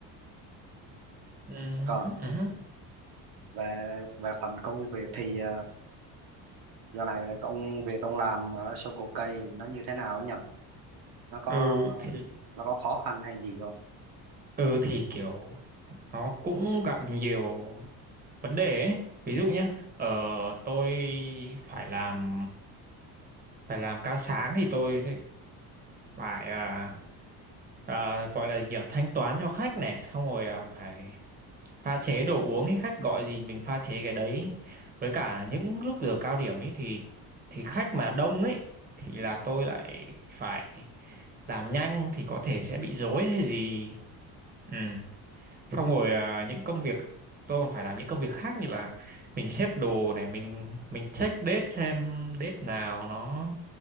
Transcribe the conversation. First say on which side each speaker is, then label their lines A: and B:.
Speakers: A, on the right; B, on the right.
A: Ừ,
B: còn
A: ừ, ừ. hứ.
B: về về phần công việc thì ờ, giờ này công việc ông làm ở Soko cây nó như thế nào ấy nhỉ nó có
A: Ừ, thì
B: nó có khó khăn hay gì không
A: ừ thì kiểu nó cũng gặp nhiều vấn đề ấy ví dụ nhé ờ, tôi phải làm phải làm ca sáng thì tôi phải à, à, gọi là gì nhỉ? thanh toán cho khách này xong rồi à, phải pha chế đồ uống ấy khách gọi gì mình pha chế cái đấy với cả những lúc giờ cao điểm ấy thì thì khách mà đông ấy thì là tôi lại phải làm nhanh thì có thể sẽ bị rối hay gì ừ xong rồi à, những công việc tôi còn phải làm những công việc khác như là mình xếp đồ này mình mình check date xem date nào nó